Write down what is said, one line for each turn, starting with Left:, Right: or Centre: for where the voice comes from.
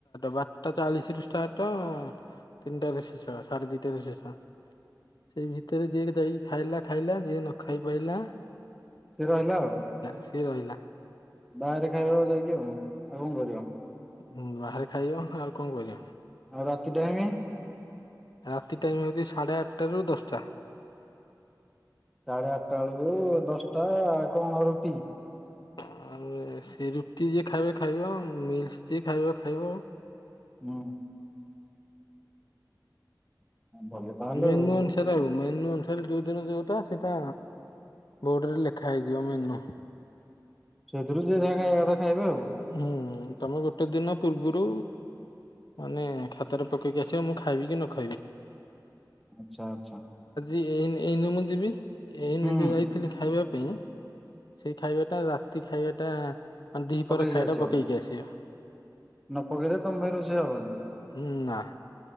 Left: ବାରଟା ଚାଳିଶ ର ଷ୍ଟାର୍ଟ, ତିନିଟ ରେ ଶେଷ। ସାଢେ ଦିଟାରୁ ଶେଷ। ସେଇ ଭିତରେ ଯିଏ ଯାଇକି ଖାଇଲା ଖାଇଲା ଯିଏ ନ ଖାଇ ପାରିଲା
Centre: ସେ ରହିଲା ଆଉ
Left: ସିଏ ରହିଲା।
Centre: ବାହାରେ ଖାଇବାକୁ ଯାଇକି ଆଉ ଆଉ କଣ କରିବ?
Left: ହୁଁ ବାହାରେ ଖାଇବ ଆଉ କଣ କରିବ?
Centre: ଆଉ ରାତି ଟାଇମ?
Left: ରାତି ଟାଇମ ହଉଛି ସାଢେ ଆଠଟା ରୁ ଦଶଟା।
Centre: ସାଢେ ଆଠଟା ବେଳକୁ ଦଶଟା କଣ ରୁଟି?
Left: ଆଉ ସେ ରୁଟି ଯିଏ ଖାଇବ ଖାଇବ, ମିଲ୍ସ ଯିଏ ଖାଇବ ଖାଇବ।
Centre: ହୁଁ ଭଲ ତାହେଲେ
Left: ମେନୁ
Centre: ଆଉ।
Left: ଅନୁସାରେ ଆଉ ମେନୁ ଅନୁସାରେ ଦୁଇ ଦିନ ଯୋଉଟା ସେଟା ବୋର୍ଡରେ ଲେଖା ହେଇଯିବ ମେନୁ।
Centre: ସେଥିରୁ ଯିଏ ଯାହା ଖାଇବା କଥା ଖାଇବେ ଆଉ।
Left: ହୁଁ ତମେ ଗୋଟେ ଦିନ ପୂର୍ବରୁ ମାନେ ଖାତାରେ ପକେଇକି ଆସିବ ମୁଁ ଖାଇବି କି ନ ଖାଇବି।
Centre: ଆଛା ଆଚ୍ଛା।
Left: ଏ ଏଇନ ମୁଁ ଯିବି ଏଇନ
Centre: ହୁଁ
Left: ଯୋଉ ଯାଇଥିଲି ଖାଇବା ପାଇଁ ସେଇ ଖାଇବା ଟା ରାତି ଖାଇବାଟା ମାନେ ଦ୍ଵିପହର
Centre: ପକେଇକି
Left: ଖାଇବାଟା
Centre: ଆସିବ
Left: ପକେଇକି ଆସିବ।
Centre: ନ ପକେଇଲେ ତମପାଇଁ ରୋଷେଇ ହବନି।
Left: ଁ ନା